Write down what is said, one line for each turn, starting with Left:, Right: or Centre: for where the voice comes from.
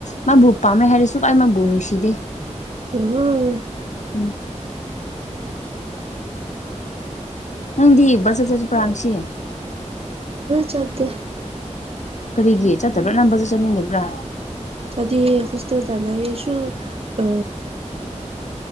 Left: ꯃꯥꯕꯨ ꯄꯥꯝꯃꯦ ꯍꯥꯏꯔꯁꯨ ꯑꯩ ꯃꯥꯕꯨ ꯅꯨꯡꯁꯤꯗꯦ
Right: <unintelligible>
Left: ꯎꯝ ꯅꯪꯗꯤ ꯕꯖ ꯆꯠꯁꯨ ꯄꯔꯥꯥꯡꯁꯤ꯫
Right: ꯆꯠꯇꯦ꯫
Left: ꯀꯔꯤꯒꯤ ꯆꯠꯇꯕ꯭ꯔꯥ ꯅꯝꯕꯁꯨ ꯆꯠꯅꯤꯡꯗꯕ꯭ꯔꯥ
Right: ꯆꯗꯤ ꯍꯣꯁꯇꯦꯗ ꯂꯩꯔꯁꯨ ꯑ